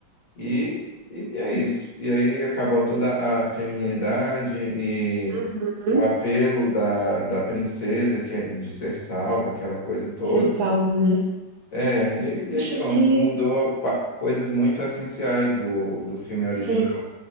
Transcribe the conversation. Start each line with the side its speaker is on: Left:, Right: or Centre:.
Left: e, e, e é isso. E aí acabou toda a feminilidade e
Right: Uhum,
Left: o apelo da, da princesa que é de ser salva, aquela coisa toda.
Right: ser salvo, né?
Left: É, e aí, e aí
Right: Acho
Left: pronto,
Right: que
Left: mudou pa- coisas muito essenciais do, do filme original.
Right: sim.
Left: O